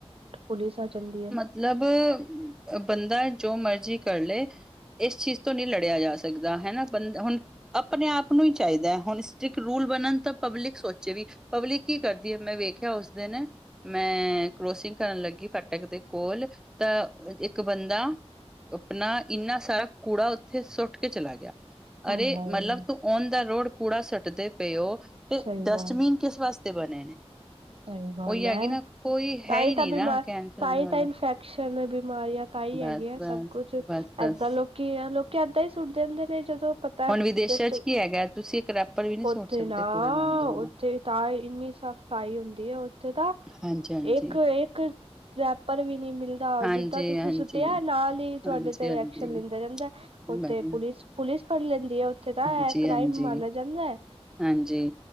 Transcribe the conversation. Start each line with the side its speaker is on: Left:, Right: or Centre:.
Right: ਪੁਲਿਸ ਆ ਜਾਂਦੀ ਐ।
Centre: ਮਤਲੱਬ ਬੰਦਾ ਜੋ ਮਰਜ਼ੀ ਕਰ ਲੈ ਇਸ ਚੀਜ਼ ਤੋਂ ਨਹੀਂ ਲੜਿਆ ਜਾ ਸਕਦਾ ਹਨਾ ਬੰਦਾ ਹੁਣ ਆਪਣੇ ਆਪ ਨੂੰ ਹੀ ਚਾਈਦਾ। ਹੁਣ ਸਟ੍ਰਿਕ ਰੂਲ ਬਣਨ ਤਾਂ ਪਬਲਿਕ ਸੋਚੇ ਵੀ, ਪਬਲਿਕ ਕੀ ਕਰਦੀ ਹੈ ਮੈਂ ਵੇਖਿਆ ਉਸ ਦਿਨ ਮੈਂ ਕਰੋਸਿੰਗ ਕਰਨ ਲੱਗੀ ਫ ਫਾਟਕ ਦੇ ਕੋਲ ਤਾਂ ਇੱਕ ਬੰਦਾ ਆਪਣਾ ਇੰਨਾ ਸਾਰਾ ਕੂੜਾ ਉੱਥੇ ਸੁੱਟ ਕੇ ਚਲਾ ਗਿਆ,
Right: ਹਾਏ
Centre: ਅਰੇ
Right: ਹਾਏ
Centre: ਮਤਲੱਬ ਤੂੰ ਓਨ ਦਾ ਰੋਡ ਕੂੜਾ ਸੱਟਦੇ ਪਏ ਓ, ਤੇ
Right: ਸਹੀ
Centre: ਡਸਟਬੀਨ
Right: ਗੱਲ
Centre: ਕਿਸ ਵਾਸਤੇ ਬਣੇ ਨੇ।
Right: ਸਹੀ ਗੱਲ
Centre: ਉਹੀ ਹੈਗੀ
Right: ਐ,
Centre: ਨਾ ਕੋਈ
Right: ਤਾਂਹੀ
Centre: ਹੈ ਹੀ ਨਹੀਂ
Right: ਤਾਂ ਬਿਮਾਰ
Centre: ਨਾ ਕਹਿਣ ਸੁਣਨ
Right: ਤਾਂ ਹੀ
Centre: ਵਾਲਾ
Right: ਤਾਂ ਇਨਫੈਕਸ਼ਨ ਬਿਮਾਰੀਆਂ ਪਤਾ ਹੀ
Centre: ਬਸ-ਬਸ,
Right: ਹੈਗੇ ਆ ਸਭ ਕੁੱਛ ਏਦਾਂ
Centre: ਬਸ-ਬਸ।
Right: ਲੋਕੀ ਆ ਲੋਕ ਏਦਾਂ ਹੀ ਸੁੱਟਦੇ ਹੁੰਦੇ ਨੇ ਜਦੋਂ ਤਾਂ
Centre: ਹੁਣ ਵਿਦੇਸ਼ਾਂ
Right: ਡਸਟ,
Centre: ਚ ਕੀ ਹੈਗਾ ਤੁਸੀਂ ਇੱਕ ਰੈਪਰ ਵੀ ਨਹੀਂ ਸੁੱਟ
Right: ਉੱਥੇ
Centre: ਸਕਦੇ
Right: ਨਾ
Centre: ਕੂੜੇਦਾਨ ਤੋਂ ਬਿਨਾਂ।
Right: ਉੱਥੇ ਤਾਈ ਇੰਨੀ ਸਫਾਈ ਹੁੰਦੀ ਹੈ ਉੱਥੇ ਤਾ
Centre: ਹਾਂਜੀ-ਹਾਂਜੀ,
Right: ਇੱਕ- ਇੱਕ ਰੈਪਰ ਵੀ ਨਹੀ ਮਿਲਦਾ,
Centre: ਹਾਂਜੀ-ਹਾਂਜੀ,
Right: ਜਿੱਦਾਂ ਤੁਸੀਂ ਸੁੱਟਿਆ
Centre: ਹਾਂਜੀ-ਹਾਂਜੀ।
Right: ਨਾਲ ਹੀ ਤੁਹਾਡੇ
Centre: ਹਾਂਜੀ-ਹਾਂਜੀ,
Right: ਤੇ ਐਕਸ਼ਨ
Centre: ਹਾਂਜੀ।
Right: ਲੈਂਦਾ ਰਹਿੰਦਾ।
Centre: ਹਾਂਜੀ
Right: ਉੱਥੇ ਪੁਲਿਸ
Centre: ਬਸ
Right: -ਪੁਲਿਸ ਫੜ ਲੈਂਦੀ ਆ ਉੱਥੇ ਤਾਂ
Centre: ਹਾਂਜੀ
Right: ਇਹ ਕ੍ਰਾਈਮ
Centre: ਹਾਂਜੀ
Right: ਮਾਨਿਆ ਜਾਂਦਾ ਐ।
Centre: ਹਾਂਜੀ।